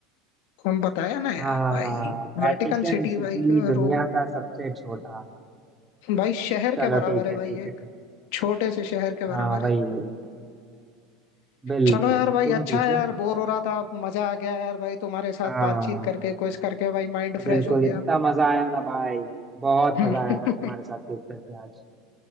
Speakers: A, on the left; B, on the right.
A: हम बताया ना यार
B: हाँ
A: भाई
B: वेटिकन
A: वेटिकन सिटी
B: सिटी
A: भाई
B: दुनिया
A: रोम
B: का सबसे छोटा
A: भाई शहर के
B: चलो
A: बराबर
B: ठीक
A: है
B: है
A: भाई
B: ठीक
A: एक
B: है ठीक।
A: छोटे से शहर के बराबर
B: हाँ वही
A: है
B: वही बिल्कुल
A: चलो यार भाई
B: तुम
A: अच्छा
B: पूछो
A: है यार बोर हो रहा था मजा आ गया यार भाई तुम्हारे साथ
B: हाँ
A: बातचीत करके कुछ करके भाई माइंड फ्रेश
B: बिल्कुल
A: हो गया
B: इतना मजा आया ना भाई बहुत
A: <laughs>
B: मजा आया भाई तुम्हारे साथ क्विज करके आज